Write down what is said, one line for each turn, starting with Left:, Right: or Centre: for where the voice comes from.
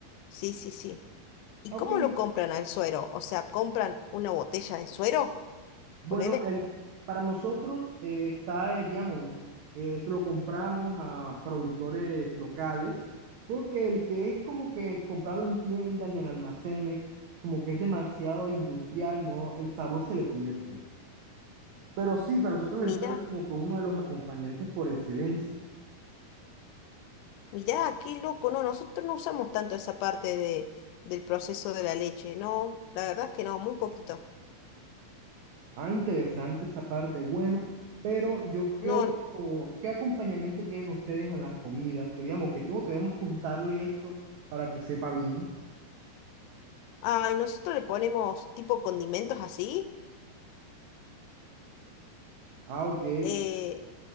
Left: Sí, sí, sí. ¿Y
Right: Ok,
Left: cómo lo compran al suero? O sea, ¿compran una botella de suero?
Right: Bueno,
Left: Ponele.
Right: el, para nosotros eh, está, eh, digamos, eh, se lo compramos a productores locales, porque el que es como que comprado en tiendas y en almacenes, como que es demasiado industrial, ¿no? El sabor se le pierde. Pero sí, para nosotros
Left: Mirá,
Right: el sol es como que uno de los acompañantes por excelencia.
Left: mirá, qué loco. No, nosotros no usamos tanto esa parte de, del proceso de la leche. No, la verdad es que no, muy poquito.
Right: Ah, interesante esa parte, bueno, pero yo, ¿qué
Left: No,
Right: otro, qué acompañamiento tienen ustedes en las comidas? Que digamos, que tengo, tenemos que contarle esto para que sepa bien.
Left: ay, nosotros le ponemos tipo condimentos así.
Right: Ah, ok.
Left: eh,